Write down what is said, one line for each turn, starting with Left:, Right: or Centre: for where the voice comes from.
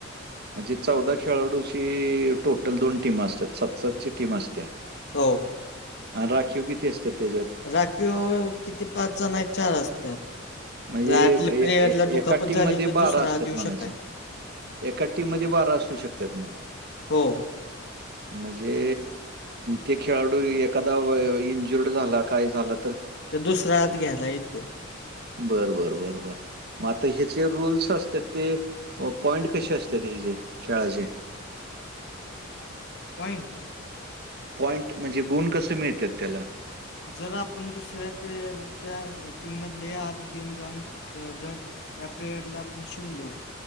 Right: म्हणजे चौदा खेळाडूची टोटल दोन टीम असत्या सातसातची टीम असत्या
Left: हो
Right: आणि राखीव बिती असतात त्याच्या्यात
Left: राखी किती पाचचा नाही चार असतात
Right: म्हणजे
Left: राखिले
Right: ए
Left: पेलयरला
Right: ए
Left: दुखापत
Right: एका टीममध्ये
Left: झाली तर दुसरा
Right: असतात
Left: हात येऊ
Right: म्हणायचं.
Left: शकाय
Right: एका टीम मध्ये बारा असू शकतात मग
Left: हो
Right: म्हणजे ते खेळाडू एखादा इंजुर्ड झाला काय झालं
Left: ते दुसरा आत घ्यायला येतो
Right: बरबर बरोबर मग आता हचे रूल्स असतात ते पॉइंट कसे असतात हचे खेळाचे
Left: <inaudible> पॉइंट
Right: पॉईंट म्हणजे गुण कसे मिळतात त्याला?
Left: जर आपण दुसऱ्या प्लेयरच्या टीममध्ये आत घेऊन जाऊन जर या प्रेयड ला आपण शिवलो